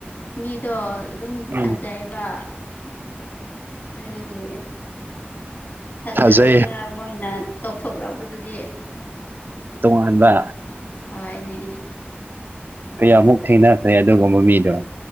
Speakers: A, on the left; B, on the right.
A: ꯃꯤꯗꯣ ꯑꯗꯨꯝ ꯊꯥꯖꯩꯕ
B: ꯎꯝ
A: ꯑꯔꯒꯤ ꯐꯖꯕꯗ
B: ꯊꯥꯖꯩ
A: ꯃꯣꯏꯅ ꯇꯧꯊꯣꯛꯔꯛꯕꯗꯨꯗꯤ
B: ꯇꯨꯡꯍꯟꯕ
A: ꯍꯣꯏꯅꯦ
B: ꯀꯌꯥꯃꯨꯛ ꯊꯦꯡꯅꯈ꯭ꯔꯦ ꯑꯗꯨꯒꯨꯝꯕ ꯃꯤꯗꯣ